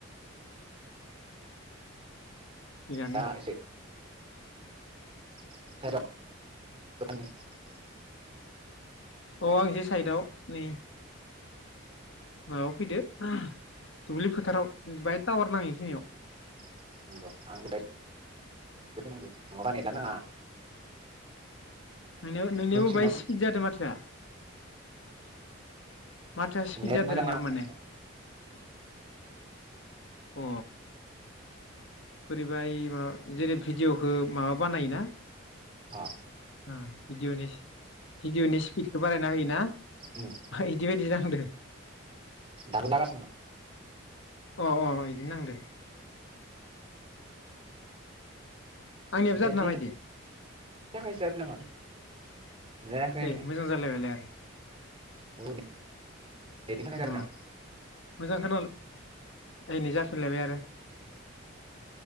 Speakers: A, on the left; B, on the right.
A: थिगानो
B: दा एसे <unintelligible>
A: अ आं एसे साइदआव नै माबायाव फैदो ओह दुब्लि फोथाराव बाहाय टावार नाङो इखिनियाव
B: <unintelligible>
A: नोंनियाव नोंनियाबो
B: रुम सिङाव
A: बाहाय स्पिद जादो माथोआ माथोआ स्पिद
B: नेट
A: जादों
B: मोजां
A: नोंनियाबो
B: नाङाखै
A: माने अ बोरोयबा इ माबा जेरै भिडिअ'खौ माबा बानायोना
B: अ
A: ओ। भिडिअनि भिडिअनि स्पिडखौ बारायना होयोना?
B: उम
A: इदिबायदि जाहांदो।
B: दाबो जागासिनो नामा?
A: अ अ इदि नांदो। आंनियाबो
B: नेटनि
A: जादों नामा इदि?
B: <unintelligible> आंनिया
A: ओइ मोजां जालायबायलाय आरो।
B: <unintelligible> थाखाय जादों
A: अ
B: दां
A: मोजां खोनाला एइ नै जाफिनलायबाय आरो।